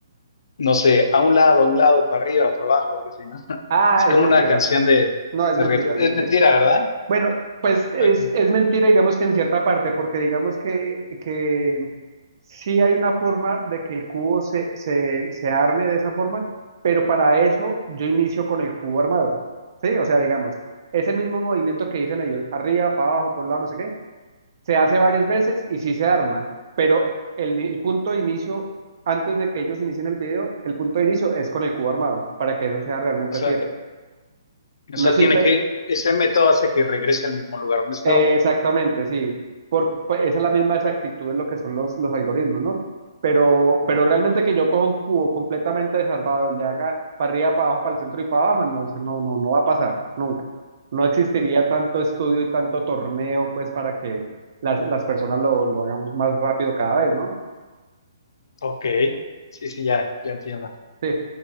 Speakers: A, on the left; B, on the right.
A: no sé, a un lado, a un lado, para arriba, para abajo, algo así, ¿no? <laughs>
B: Ah,
A: Es
B: es
A: como
B: mentira.
A: una canción de,
B: No, es
A: de
B: mentira,
A: reggaetón.
B: es mentira.
A: Es mentira, ¿verdad?
B: Bueno, pues es,
A: Ok.
B: es mentira, digamos que en cierta parte, porque digamos que, que sí hay una forma de que el cubo se, se, se arme de esa forma, pero para eso yo inicio con el cubo armado. ¿Sí? O sea, digamos, ese mismo movimiento que dicen ellos, arriba, para abajo, por un lado, no sé qué, se hace varias veces y sí se arma, pero el, el punto de inicio, antes de que ellos inicien el video, el punto de inicio es con el cubo armado, para que eso sea realmente
A: O sea,
B: así.
A: o
B: No
A: sea,
B: es
A: tiene
B: simple,
A: que, ese método hace que regrese al mismo lugar donde estaba.
B: Eh, exactamente, sí. Por, pues, esa es la misma exactitud de lo que son los, los algoritmos, ¿no? Pero, pero realmente que yo coja un cubo completamente desarmado y le haga para arriba, para abajo, para el centro y para abajo, no, eso no, no, no va a pasar, nunca. No existiría tanto estudio y tanto torneo, pues, para que las, las personas lo, lo hagamos más rápido cada vez, ¿no?
A: Ok, sí, sí, ya, ya entiendo.
B: Sí. Eh,